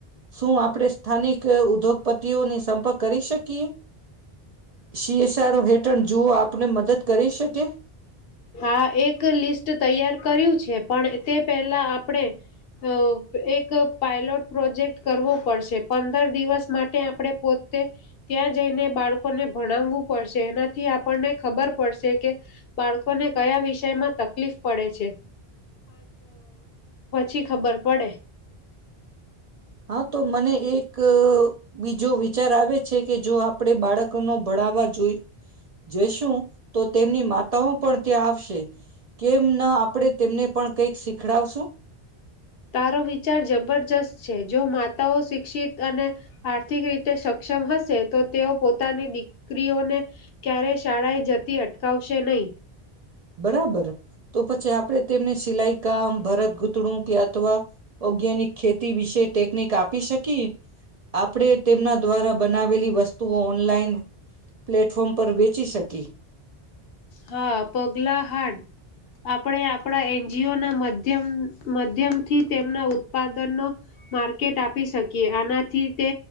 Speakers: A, on the right; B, on the left.
A: શું આપણે સ્થાનિક ઉદ્યોગપતિ. ની સંપર્ક કરી શકીએ શીએસરોો હેઠળ જુઓ આપ આપને મદદ કરી શકી
B: હા એક લિસ્ટ તૈયાર કર્યું છે પણ તે પહેલા આપણે અ એક પાયલોટ પ્રોજેક્ટ કરવો પડશે પંદર દિવસ માટે આપણે પોતે ત્યાં જઈને બાળકોને ભણાવવું પડશે એનાથી આપણને ખબર પડશે કે બાળકો ને કયા વિષયમાં તકલીફ પડે છે પછી ખબર પડે
A: હા તો મને એક બીજો વિચાર આવે છે કે જો આપણે બાળકો નો ભાડાવવા જોઈ જઈશું. તો તેમની માતાઓ પણ ત્યાં આવશે. કેમ ન આપડે તેમને પણ કંઈક શીખડાવશું.
B: તારો વિચાર જબરજસ્ત છે જો માતાઓ શિક્ષિત અને આર્થિક રીતે સક્ષમ હશે તો તેઓ પોતાની દીકરીઓને ક્યારેય શાળાએ જતી અટકાવશે નહીં.
A: બરાબર તો પછી આપણે તેમને સિલાઈ કામ ભરત ગૂતણું કે અથવા ઓર્ગેનિક ખેતી વિશે ટેકનિક આપી શકી આપણે તેમના દ્વારા બનાવેલી વસ્તુઓ ઓનલાઈન પ્લેટફોર્મ પર વેચી શકી.
B: હા, પગલા હાડ આપણે આપણા એન જી ઓ ના મધ્યમ મધ્યમથી તેમના ઉત્પાદનનો માર્કેટ આપી શકીએ આનાથી તે